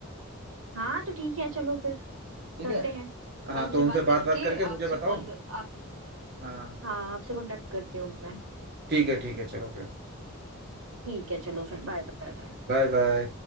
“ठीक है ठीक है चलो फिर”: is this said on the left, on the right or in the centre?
Right